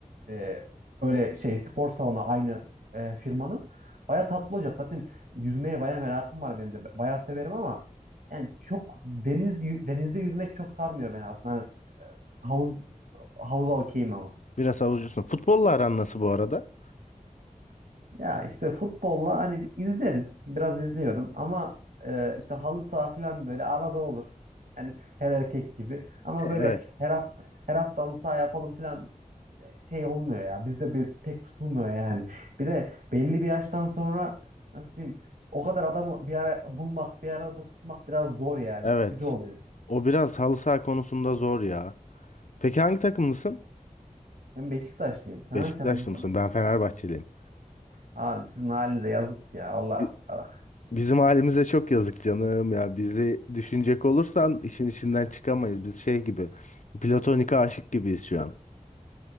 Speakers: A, on the right; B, on the left.
A: e, öyle şey spor salonu aynı e, firmanın. Baya tatlı olacak. Zaten yüzmeye baya merakım var benim de. Baya severim ama yani çok deniz denizde yüzmek çok sarmıyor beni aslında. Hani havuz havuza okeyim ama.
B: Biraz havucusun. Futbolla aran nasıl bu arada?
A: Ya işte futbolla hani izleriz. Biraz izliyorum ama e, işte halı saha falan böyle arada olur. Hani her erkek gibi. Ama
B: Evet.
A: böyle her hafta her hafta halı saha yapalım falan e, şey olmuyor ya. Bizde bir, pek tutulmuyor yani. Bir de belli bir yaştan sonra nasıl diyeyim o kadar adamı bir ara bulmak, bir arada tutmak biraz zor yani.
B: Evet.
A: Sıkıcı oluyor.
B: O biraz halı saha konusunda zor ya. Peki hangi takımlısın?
A: Ben Beşiktaşlıyım. Sen
B: Beşiktaşlı
A: hangi takımlısın?
B: mısın? Ben Fenerbahçeliyim.
A: Abi sizin halinize yazık ya. Allah
B: Bi-
A: Allah.
B: Bizim halimize çok yazık canım ya. Bizi düşünecek olursan işin içinden çıkamayız. Biz şey gibi platonik aşık gibiyiz şu an.